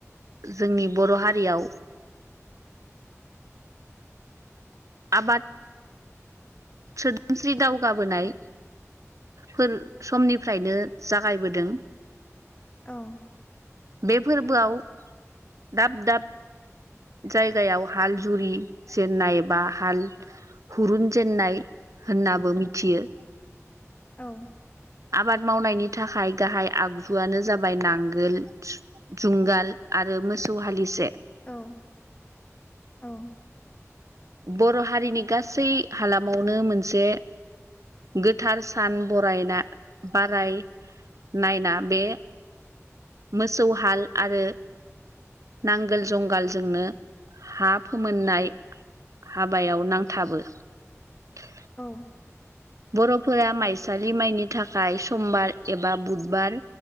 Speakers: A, on the right; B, on the left.
A: जोंनि बर' हारियाव आबाद सोदोमस्रि दावगाबोनाय। फोर समनिफ्रायनो जागायबोदों।
B: औ
A: बे फोरबोआव दाब दाब जायगायाव हाल जुरि जेननाय बा हाल हुरुनजेेननाय होननाबो मिथियो
B: औ
A: आबाद मावनायनि थाखाय गाहाय आगजुआनो जाबाय नांगोल जुंगाल आरो। मोसौ हालिसे
B: औ औ
A: बर' हारिनि गासै हालामावनो मोनसे गोथार सान बरायना बाराय नायना बे मोसौ हाल आरो नांगोल जुंगालजोंनो हा फोमोननाय हाबायाव नांथाबो ।
B: औ
A: बर'फोरा माइसालि माइनि थाखाय समबार एबा बुधबार